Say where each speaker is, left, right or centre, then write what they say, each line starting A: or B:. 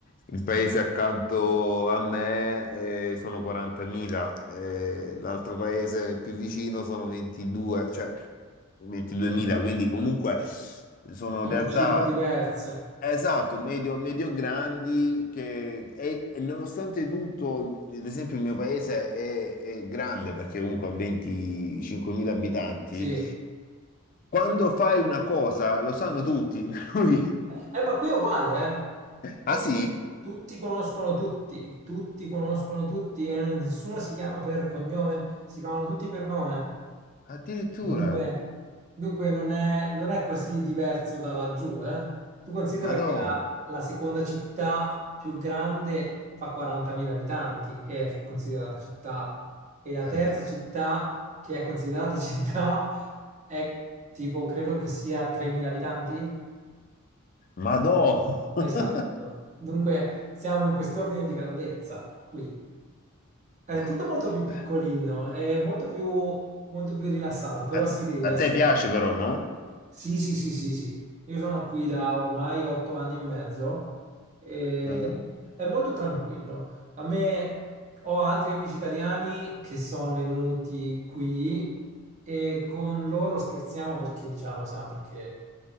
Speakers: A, on the left; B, on the right.
A: Il paese accanto a me eh, sono 40.000, eh, l'altro paese più vicino sono 22, cioè 22.000,
B: ok.
A: quindi comunque sono
B: Sono
A: realtà
B: cifre diverse,
A: esatto, medio, grandi che e, e nonostante tutto, ad esempio il mio paese è, è grande perché comunque ha 25.000 abitanti,
B: sì. Eh,
A: quando fai una cosa lo sanno tutti, <laughs> per cui-
B: eh, ma qui è uguale, eh?
A: Ah
B: Qui
A: sì?
B: tu- tutti conoscono tutti, tutti conoscono tutti e non- nessuno si chiama per cognome, si chiamano tutti per nome.
A: Addirittura,
B: Dunque, dunque non è, non è così diverso da laggiù, eh? Tu considera
A: madò,
B: che la, la seconda città più grande fa 40.000 abitanti e è considerata città, e la
A: ah,
B: terza città che è considerata <laughs> città è tipo, credo che sia 3.000 abitanti?
A: madò. <laughs>
B: Esatto. Dunque, siamo in quest'ordine di grandezza qui. È
A: No,
B: tutto molto
A: vabbè.
B: più piccolino, è molto più, molto più rilassato, però
A: A,
B: sì, devi essere
A: a te piace però, no?
B: Sì, sì, sì, sì, sì. Io sono qui da ormai otto anni e mezzo e
A: Mhm.
B: è molto tranquillo. A me ho altri amici italiani che sono venuti qui e con loro scherziamo perché diciamo sempre che